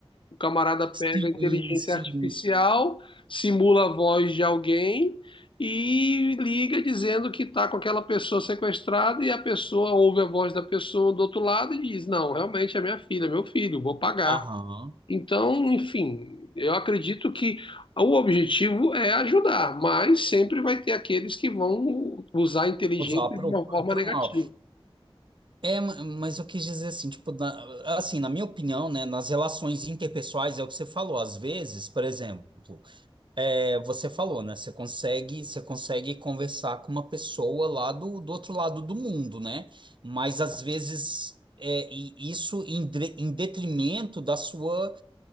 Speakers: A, on the left (about 60°); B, on the right (about 55°).
A: O camarada pega
B: Sim,
A: a inteligência
B: sim.
A: artificial, simula a voz de alguém e liga dizendo que está com aquela pessoa sequestrada e a pessoa ouve a voz da pessoa do outro lado e diz: Não, realmente é minha filha, é meu filho, vou pagar.
B: Aham.
A: Então, enfim, eu acredito que o objetivo é ajudar, mas sempre vai ter aqueles que vão usar a inteligência
B: Usar para
A: de uma forma negativa.
B: o mal. É, ma- mas eu quis dizer assim, tipo, na, assim, na minha opinião, né, nas relações interpessoais é o que você falou, às vezes, por exemplo. É, você falou, né? Você consegue, você consegue conversar com uma pessoa lá do, do outro lado do mundo, né? Mas às vezes é, e isso em, dre- em detrimento da sua